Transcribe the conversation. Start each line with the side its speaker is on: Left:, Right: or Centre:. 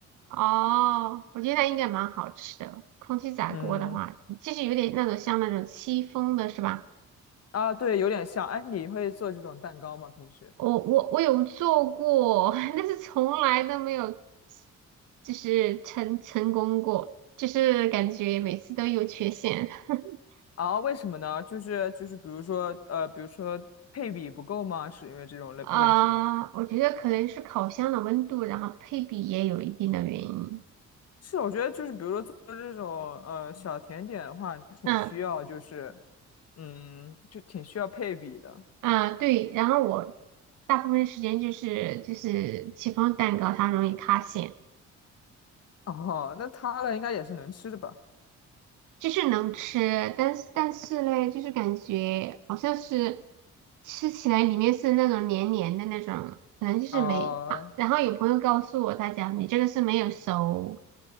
Right: 哦，我觉得那应该蛮好吃的。空气炸锅的话，
Left: <laughs> 嗯。
Right: 就是有点那种像那种戚风的是吧？
Left: 啊，对，有点像。哎，你会做这种蛋糕吗？平时？
Right: 我我我有做过，<laughs> 但是从来都没有就是成成功过，就是感觉每次都有缺陷。<laughs>
Left: 啊，为什么呢？就是就是，比如说呃，比如说配比不够吗？是因为这种类问题吗？
Right: 啊我觉得可能是烤箱的温度，然后配比也有一定的原因。
Left: 是，我觉得就是，比如说做这种呃小甜点的话，挺需要就是
Right: 嗯。
Left: 嗯，就挺需要配比的。
Right: 啊，对，然后我大部分时间就是就是戚风蛋糕，它容易塌陷，
Left: 哦，那它的应该也是能吃的吧？
Right: 就是能吃，但是但是嘞，就是感觉好像是吃起来里面是那种黏黏的那种，可能就是没啊。
Left: 啊
Right: 然后有朋友告诉我，他讲你这个是没有熟，